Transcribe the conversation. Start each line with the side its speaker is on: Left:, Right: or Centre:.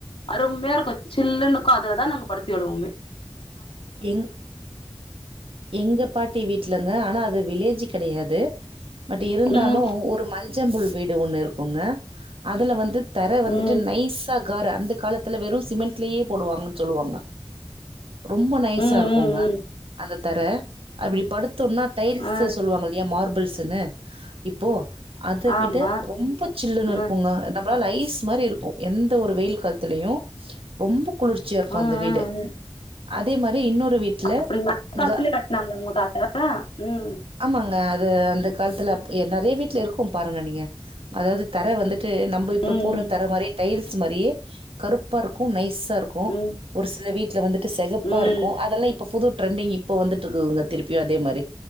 Left: அரும்மையா இருக்கு சில்லுனுக்கு அதுல தா நாங் படுத்து எழுவுமே
Right: எங் எங்க பாட்டி வீட்லங்க ஆனா அது வில்லே ஜ் கெடயாது பட் இருந்தாலு
Left: ம்
Right: ஒரு மஞ்சம்புல் வீடு ஒண்ணு இருக்குங்க அதுல வந்து தர வந்துட்டு
Left: ம்
Right: நைசா கார அந்த காலத்துல வெறு சிமெண்ட்லேயே போடுவாங்ன் சொல்வாங்க ரொம்ப நைஸா
Left: ம்
Right: இருக்குங்க
Left: ம் ம்
Right: அந்த தர அப்டி படுத்துன்னா டைல்சு
Left: ஆ
Right: சொல்வாங் இல்லையா மார் பில்ஸ்ன்னு இப்போ அத விட
Left: ஆமா
Right: ரொம்ப சில்லுன்னு
Left: ஆ
Right: இருக்குங்க நம் ப ஐஸ் மாரி இருக்கு எந்த ஒரு வெயில் காலத்திலயு ரொம்ப குளிர்ச்சியாருக்கு
Left: ஆ
Right: அந்த வீடு
Left: ஆ ஆ
Right: அதே மா ரி இன்னொரு வீட்டுல
Left: அப்டிங்களா அந்த காலத்துலயே
Right: க
Left: கட்னாங்களா உங்க தாத்தா ம்
Right: ஆமாங்க அது அந்த காலத்துல அப் எ நெறைய வீட்ல இருக்கு பாருங்க நீங்க அதாது தர வந்து ட்டு நம்ம இப்ப
Left: ம்
Right: போட்ற தர மாரி டைல்ஸ் ஸ் மாரியே கருப்பா இருக்கு நைஸ் சா இருக்கு
Left: ம் ம்
Right: ஒரு சில வீட்ல வந்து ட்டு செகப்பா
Left: ம்
Right: இருக்கு அதெல்லா இப்ப புது ட்ரெண்டிங்கி இப்போ வந்துட்ருக்குங்க திருப் பி அதே மாரி